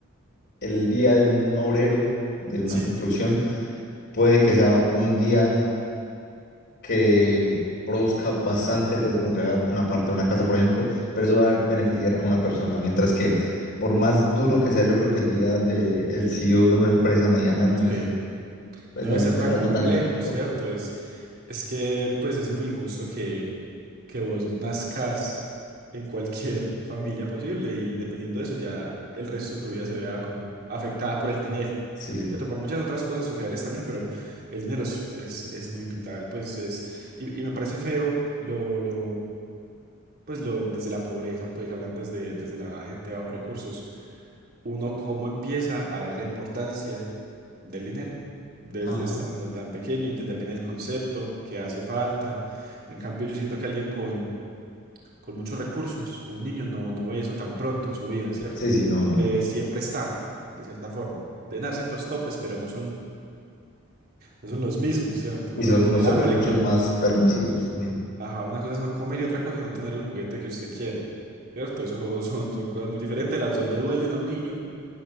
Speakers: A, on the left; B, on the right.
A: el día de un obrero, de una
B: Sí.
A: construcción, puede que sea un día que produzca bastante, pues como que haga una parte de una casa, por ejemplo, pero eso va
B: Ajá.
A: a beneficiar a una persona, mientras que por más duro que sea, yo creo que el día de el CEO de una empresa mediana no debe
B: Sí,
A: ser, pues
B: no
A: no
B: debe ser
A: debe ser
B: tan
A: algo
B: complejo,
A: tan esfuerzo.
B: ¿cierto? Es, es que pues es muy injusto que que vos nazcas en cualquier <laughs> familia posible y dependiendo de eso ya el resto de tu vida se vea como afectada por el dinero.
A: Sí, sí.
B: Cierto, por muchas otras cosas sociales también, pero el dinero es, es, es muy vital, pues es, y, y me parece feo lo, lo, pues lo, desde la pobreza, pues hablando desde, desde la gente de bajos recursos, uno cómo empieza a ver la importancia del dinero, desde
A: Ajá.
B: estando tan pequeño, entender bien el concepto, que hace falta. En cambio, yo siento que alguien con con muchos recursos, un niño no, no ve eso tan pronto en su vida, ¿cierto?
A: Sí, sí, no,
B: Porque
A: no.
B: siempre está, de cierta forma. Deben dar ciertos topes, pero no son, no son los mismos, ¿cierto? No
A: Y
B: es
A: son
B: lo mismo tener
A: unos topes
B: hambre
A: muchos
B: que,
A: más permisivos también.
B: ajá, una cosa es no comer y otra cosa es no tener el juguete que usted quiere, ¿cierto? Eso <laughs> son, son cosas muy diferentes, las dos le duelen a un niño,